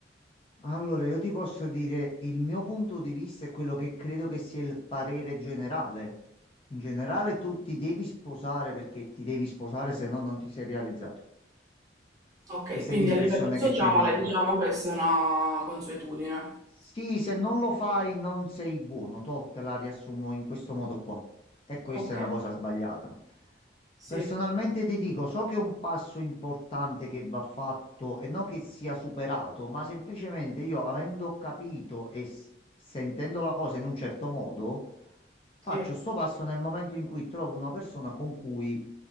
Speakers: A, on the left; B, on the right.
A: Allora, io ti posso dire il mio punto di vista è quello che credo che sia il parere generale. In generale tu ti devi sposare perché ti devi sposare, se no non ti sei realizzato.
B: Okay,
A: Questa
B: quindi
A: è l'impressione
B: a livello sociale
A: che c'è in giro.
B: diciamo questa è una consuetudine.
A: Sì, se non lo fai non sei buono, toh, te la riassumo in questo modo qua. E questa
B: Okay,
A: è una cosa sbagliata.
B: sì,
A: Personalmente ti dico, so che è un passo importante che va fatto e non che sia superato, ma semplicemente io, avendo capito e s- sentendo la cosa in un certo modo, faccio
B: sì.
A: sto passo nel momento in cui trovo una persona con cui